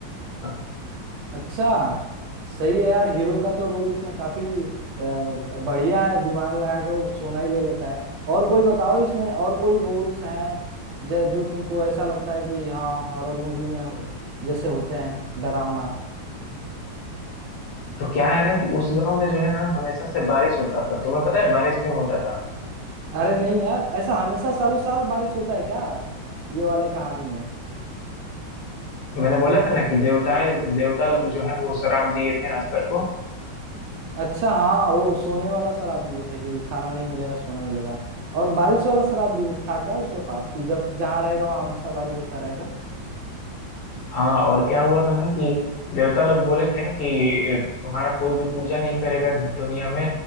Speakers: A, on the left; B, on the right.
A: <laughs>
B: अच्छा सही है यार हीरो का तो रोल इसमें काफी अ, बढ़िया है दिमाग लगा के वो सोना ही ले लेता है और कोई बताओ इसमें और कोई रोल्स हैं जो जो तुमको ऐसा लगता है कि हाँ हॉरर मूवी में हो- जैसे होते हैं डरावना
A: तो क्या है ना कि उस गांव में जो है ना हमेशा से बारिश होता था तुम्हें पता है बारिश क्यों होता था
B: अरे नहीं यार ऐसा हमेशा सालों साल बारिश होता है क्या ये वाले कहानी में
A: मैंने बोला था ना कि देवताएं देवता लोग जो है वो श्राप दिए थे हस्तर को
B: अच्छा हाँ वो सोने वाला शराब दिए थे कि खाना नहीं मिलेगा सोना मिलेगा और बारिश वाला शराब भी था क्या उसके पास कि जब जहाँ रहेगा वहाँ हमेशा बारिश होता रहेगा
A: हाँ और क्या हुआ था ना कि देवता लोग बोले थे कि तुम्हारा कोई भी पूजा नहीं करेगा दुनिया में